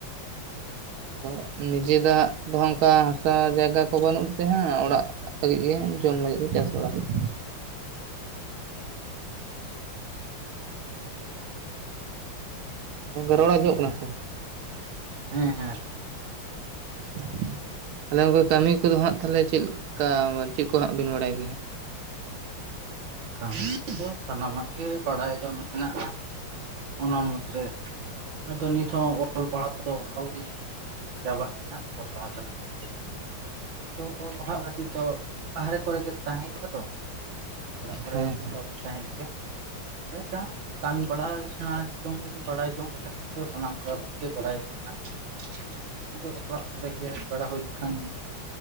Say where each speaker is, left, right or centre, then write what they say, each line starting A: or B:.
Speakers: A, on the right; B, on the right.
A: ᱟᱫᱚ ᱱᱤᱡᱮ ᱫᱚᱦᱟ ᱫᱚ ᱚᱱᱠᱟ ᱦᱟᱥᱟ ᱡᱟᱭᱜᱟ ᱠᱚ ᱵᱟᱱᱩᱜ ᱛᱮ ᱦᱚ ᱚᱲᱟᱜ ᱞᱟᱜᱤᱫ ᱜᱮ ᱡᱚᱢ ᱞᱟᱜᱤᱫ ᱪᱟᱥ ᱵᱟᱲᱟ ᱦᱩᱭᱩᱜ ᱜᱚᱝᱠᱮ ᱨᱚᱲ ᱟᱱᱡᱚᱢᱚᱜ ᱠᱟᱱᱟ ᱥᱮ
B: ᱦᱮ ᱦᱮ ᱟᱱᱡᱚᱢ
A: <inaudible> ᱛᱟᱦᱞᱮ ᱜᱚᱝᱠᱮ ᱠᱟᱢᱤ ᱠᱚᱫᱚ ᱦᱟ ᱛᱟᱞᱦᱮ ᱪᱮᱫ ᱞᱮᱠᱟ ᱪᱮᱫ ᱠᱚᱦᱟ ᱵᱤᱱ ᱵᱟᱲᱟᱭ ᱜᱮ
B: ᱠᱟᱢᱤ ᱫᱚ ᱥᱟᱱᱟᱢᱟ ᱜᱮ ᱵᱟᱲᱟᱭ ᱫᱚ ᱢᱮᱱᱟᱜ-ᱟ <inaudible> ᱚᱱᱟ ᱢᱩᱫᱨᱮ ᱟᱫᱚ ᱱᱤᱛ ᱦᱚ ᱚᱞ ᱯᱟᱲᱦᱟᱣ <unintelligible> ᱫᱚ ᱟᱣᱨᱤ ᱪᱟᱵᱟᱜ ᱜᱮᱭᱟ ᱚᱞ ᱯᱟᱲᱦᱟᱣ ᱪᱟᱞᱟᱜ ᱠᱟᱱ ᱜᱮᱭᱟ ᱱᱤᱛᱚ ᱦᱚ᱾ ᱛᱚ ᱚᱞ ᱯᱟᱲᱦᱟᱜ ᱠᱷᱟᱛᱤᱨ ᱫᱚ ᱵᱟᱦᱨᱮ ᱠᱚᱨᱮ ᱜᱮ ᱛᱟᱦᱮ ᱦᱩᱭᱩᱟ ᱛᱚ ᱚᱲᱟᱜ ᱠᱚᱨᱮ
A: ᱦᱮᱸ
B: ᱚᱱᱠᱟ
A: ᱦᱮᱸ
B: ᱵᱟᱝ ᱛᱟᱦᱮ ᱦᱩᱭᱩ ᱜᱮᱭᱟ ᱚᱭ ᱡᱟ <unintelligible> ᱠᱟᱹᱢᱤ ᱵᱟᱲᱟ ᱥᱮᱬᱟ ᱡᱚᱝ ᱵᱟᱲᱟᱭ ᱡᱚᱝ ᱞᱮᱠᱟ ᱛᱮᱫᱚ ᱥᱟᱱᱟᱢ ᱠᱟᱹᱢᱤ ᱜᱮ ᱵᱟᱲᱟᱭ ᱢᱮᱱᱟᱜᱼᱟ <unintelligible> ᱟ ᱫᱚ ᱚᱲᱟᱜ ᱠᱚᱨᱮ ᱜᱮ ᱦᱮᱡ ᱵᱟᱲᱟ ᱦᱳᱭ ᱠᱷᱟᱱ ᱜᱮ